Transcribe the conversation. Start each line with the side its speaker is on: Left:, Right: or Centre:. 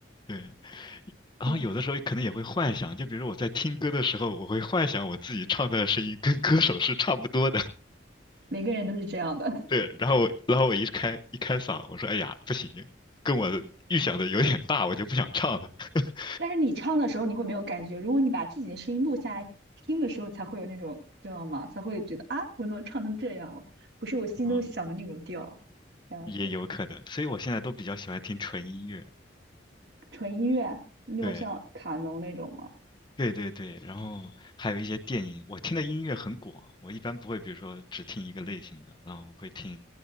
Left: 对，然后有的时候可能也会幻想，
Right: 对，
Left: 就比如说我在听歌的时候，我会幻想我自己唱的声音跟歌手是差不多的。
Right: 每个人都是这样的。
Left: 对，然后我然后我一开一开嗓，我说，哎呀，不行，跟我的预想的有点大，我就不想唱了。<laughs>
Right: <laughs> 但是你唱的时候你会没有感觉，如果你把自己的声音录下来听的时候，才会有那种知道吗？才会觉得啊，我怎么唱成这样了？不是我心中想的那种调，
Left: 嗯，
Right: 这样子。
Left: 也有可能，所以我现在都比较喜欢听纯音乐。
Right: 纯音乐那种像卡农那种吗？
Left: 对。对对对，然后还有一些电影，我听的音乐很广，我一般不会，比如说只听一个类型的，然后我会听，